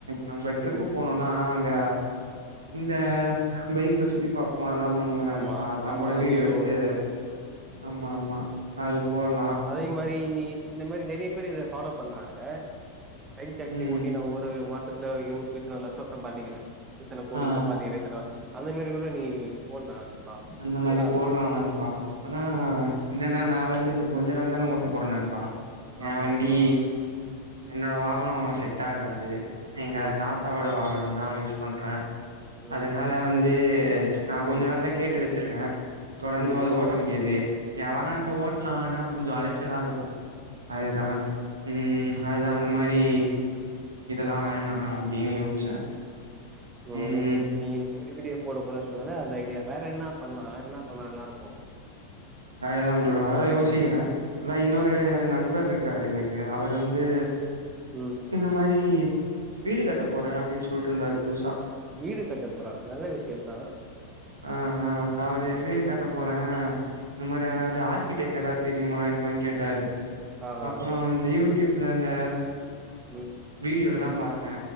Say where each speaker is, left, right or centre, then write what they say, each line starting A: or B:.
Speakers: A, on the right (about 75°); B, on the right (about 20°).
A: நம்ப ட்ரிப்பு
B: ம்
A: போனோன்னா க இந்த பைக்ல சுத்தி பாப்போ அதுல்லா பண்ணுவோல்ல
B: ஆமா
A: நண்பா அதல்லா
B: ஆமா
A: கூட
B: அதையு
A: வீடியோ எடுத்து ஆமா ஆமா அது போல்
B: அதே மாரி நீ இந்த மேரி நெறைய பேர் இத ஃபாலோ பண்றாங்க பைக் டாக்ஸி
A: ம்
B: ஓட்டி நா ஒரு ஒரு மாசத்துல யொ இத்தன லட்சம் சம்பாதிக்கறே இத்தன கோடி
A: ஆ
B: சம்பாதிக்கறே இத்தன வருஷத்துல அது மாரி கூட நீ போட்லா நண்பா
A: அந்த மாரி
B: நல்லா இருக்கு
A: போட்லா நண்பா ஆனா என்னன்னா நா வந்து கொஞ்ச நாள் தான ஓட்ட போறே நண்பா எ
B: ஆமா
A: வண்டி
B: ஆமா
A: என்னோட வாகனம் செட் ஆகாது எங்க
B: ம்
A: தாத்தாவோட வாகனோ நா யூஸ் பண்ற
B: ம்
A: அதனால வந்து நா கொஞ்ச
B: ம்
A: நாள் தா கேட்டு வச்சிருக்க தொடந்து
B: ம்
A: அது ஓட்ட முடியாது என் வாகனத்த
B: ம்
A: ஓட்லா ஆனா கொஞ்சோ அலைச்சலா இருக்கும் அதுதா
B: ஆமா
A: ம்ம் அதுதா அந்த மாரி இதெல்லா வேணா அப்டின்னு யோசிச்சே
B: ம் ஓ
A: ம்
B: நீ இந்த மாரி வீடிய போடப் போட சொன்னல்ல அந்த ஐடியா வேற என்ன பண்ணலா என்ன பண்ணா நல்லா இருக்கு
A: அதுதா ப்ரோ அதுதா யோசிக்கிறே அதா இன்னொரு நண்பர் இருக்காரு எனக்கு அவரு வந்து
B: ம்
A: இந்த மாரி வீடு கட்ட போறே அப்டீன்னு சொல்ட்டு இருந்தாரு புதுசா
B: வீடு கட்ட போறாரா நல்ல விஷயந்தா
A: ஆ ஆ அவரு
B: ஆ
A: வீடு கட்ட போறே இந்த மாரி அதாது
B: ம்.
A: ஆர்க்கிடெக் எதாது தெரியுமா என்மான்னு கேட்டாரு
B: ஆ
A: அப்பறோ
B: ஆ ஆ
A: இந்த யூத் ட்யூப்ல அந்த
B: ம்
A: வீடியோ எடுத் அதா பாத்தே